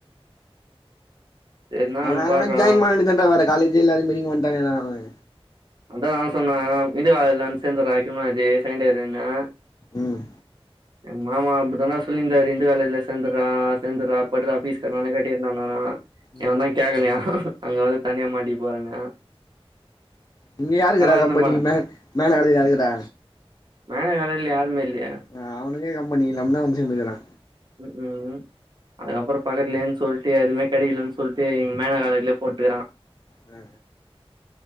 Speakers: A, on the right; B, on the left.
A: என்னான்னு
B: அவ வேர எங்கனா
A: பார்றா
B: ஜாயின் பண்ண வேன்டிதாண்டா வேற காலேஜ்யே இல்லாத மேரி இங்க வன்ட்டாண்டா அவே
A: அதா நா சொன்னே இந்த காலேஜ்ல வந்து சேந்துர்டா ஹீமலாஜி செகண்ட் இயர்ன்னே
B: ம்
A: எங்க மாமா அப்டிதாண்டா சொல்லிந்தாரு இந்து காலேஜ்ல சேந்துரா சேந்துரா பட்ரா ஃபீஸ்கட் நானே கட்டிக்றே நானா
B: ம்
A: இவன் தா கேக்கலையா அங்க வந்து தனியா மாட்டிக்க போறேனு
B: இங்க யாருக்கறா
A: எத்துனு
B: கம்பெனி
A: போல
B: மே மேனலயாருக்கிறா
A: மேனகர்ல யாருமே இல்லையே
B: ஆ அவனுக்கே கம்பனி இல்லாம தா வந்து சேந்துக்ரா
A: ம் ம் அதுக்கப்பற பக்கத்துலன்னு சொல்ட்டு எதுவுமே கெடைலன்னு சொல்ட்டு எங்க மேன காலேஜ்லயே போட்டுக்கறா
B: ஆ